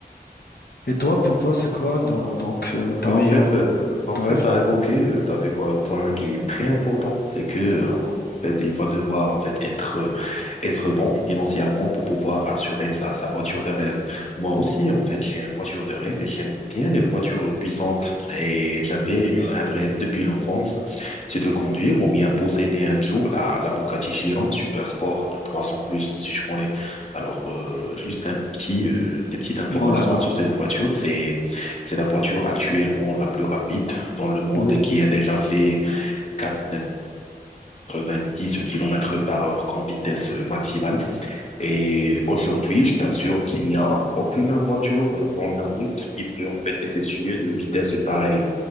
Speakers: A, on the left; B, on the left.
A: Et toi, pour toi, c'est quoi là, donc, euh, ta
B: Bah
A: meilleure
B: en fait, euh, bah en
A: rêve
B: fait, t'as évoqué, euh, t'avais quoi, un point qui est très important, c'est que euh, en fait, il va devoir en fait être euh, être bon financièrement pour pouvoir assurer sa, sa voiture de rêve. Moi aussi, en fait, j'ai une voiture de rêve et j'aime bien les voitures puissantes. Et j'avais une, un rêve depuis l'enfance, c'est de conduire ou bien posséder un jour la, la Bugatti Chiron Super Sport 300 plus, si je connais. Alors, euh, juste un petit, euh, des petites informations
A: Oh là là,
B: sur cette voiture. C'est, c'est la voiture actuellement la plus rapide dans le monde
A: oui,
B: et qui a déjà fait 4 euh, dix kilomètres par heure comme vitesse euh, maximale. Et aujourd'hui, je t'assure qu'il n'y a aucune voiture euh, dans nos routes qui peut en fait effectuer de vitesse pareille.